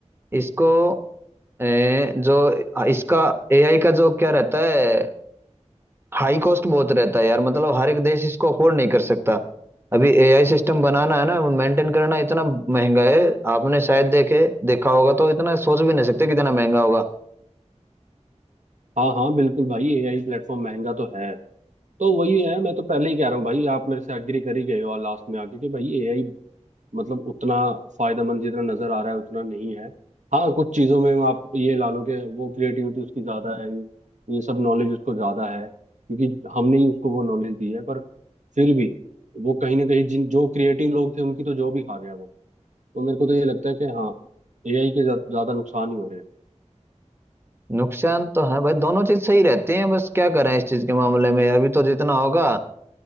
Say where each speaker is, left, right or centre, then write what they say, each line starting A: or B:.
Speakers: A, on the right; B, on the right.
A: इसको ए, जो इसका एआई का जो क्या रहता है हाई कॉस्ट बहुत रहता है यार मतलब हर एक देश इसको अफोर्ड नहीं कर सकता अभी एआई सिस्टम बनाना है ना मेंटेन करना इतना महंगा है आपने शायद देखे देखा होगा तो इतना सोच भी नहीं सकते कितना महंगा होगा
B: हाँ हाँ बिल्कुल भाई एआई प्लेटफॉर्म महंगा तो है तो वही है मैं तो पहले ही कह रहा हूँ भाई आप मेरे से एग्री कर ही गए हो लास्ट में आके कि भाई एआई मतलब उतना फायदेमंद जितना नजर आ रहा है उतना नहीं है हाँ कुछ चीजों में आप ये ला लो कि वो क्रिएटिविटी उसकी ज्यादा है ये सब नॉलेज उसको ज्यादा है क्योंकि हमने ही उसको वो नॉलेज दी है पर फिर भी वो कहीं ना कहीं जिन जो क्रिएटिव लोग थे उनकी तो जॉब ही खा गया वो तो मेरे को तो ये लगता है कि हाँ एआई के ज्या- ज्यादा नुकसान ही हो रहे हैं
A: नुकसान तो है भाई दोनों चीज सही रहती हैं बस क्या करें इस चीज के मामले में अभी तो जितना होगा